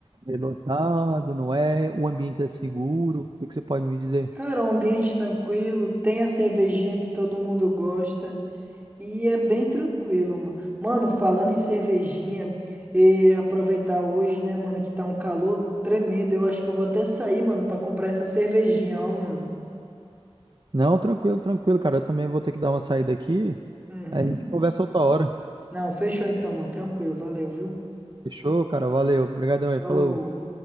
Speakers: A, on the right (about 45°); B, on the right (about 15°).
A: é lotado, não é? O ambiente é seguro. O que que você pode me dizer?
B: Cara, um ambiente tranquilo. Tem a cervejinha que todo mundo gosta. E é bem tranquilo, mano. Mano, falando em cervejinha, e aproveitar hoje, né, mano, que tá um calor tremendo. Eu acho que eu vou até sair, mano, pra comprar essa cervejinha, ó, mano.
A: Não, tranquilo, tranquilo, cara. Eu também vou ter que dar uma saída aqui.
B: Uhum.
A: Aí a gente conversa outra hora.
B: Não, fechou então, mano. Tranquilo, valeu, viu?
A: Fechou, cara? Valeu. Obrigadão aí.
B: Falou.
A: Falou.